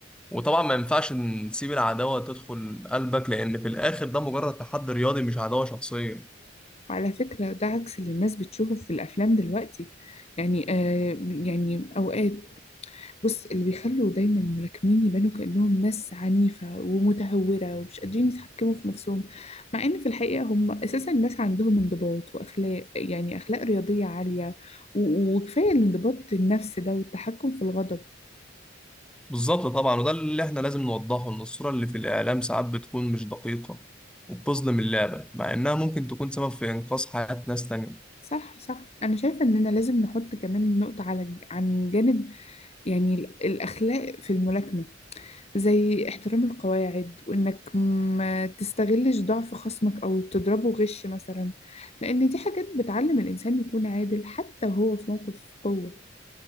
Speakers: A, in the centre; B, on the left.
A: وطبعا ما ينفعش نسيب العداوة تدخل قلبك لأن في الآخر ده مجرد تحدي رياضي مش عداوة شخصية
B: وعلى فكرة ده عكس اللي الناس بتشوفه في الأفلام دلوقتي يعني آه يعني أوقات بص اللي بيخلوا دايما الملاكمين يبانوا كأنهم ناس عنيفة ومتهورة ومش قادرين يتحكموا في نفسهم مع إن في الحقيقة هم أساسا ناس عندهم انضباط وأخلاق يعني أخلاق رياضية عالية و- وكفاية الانضباط النفسي ده والتحكم في الغضب
A: بالظبط طبعا وده اللي احنا لازم نوضحه ان الصورة اللي في الإعلام ساعات بتكون مش دقيقة وبتظلم اللعبة مع إنها ممكن تكون سبب في إنقاذ حياة ناس تانية
B: صح صح أنا شايفة إننا لازم نحط كمان نقطة على عن جانب يعني ال- الأخلاق في الملاكمة زي احترام القواعد وإنك ما تستغلش ضعف خصمك أو تضربه غش مثلا لأن دي حاجات بتعلم الإنسان يكون عادل حتى وهو في موقف قوة